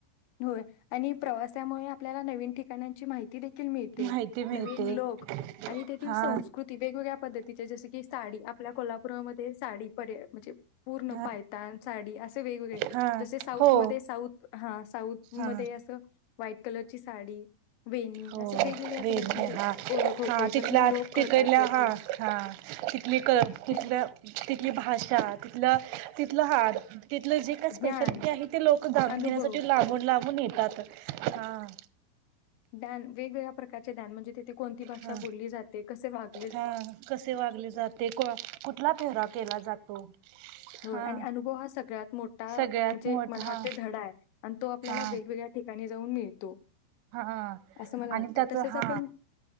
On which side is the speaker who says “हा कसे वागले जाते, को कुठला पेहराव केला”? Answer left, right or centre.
Right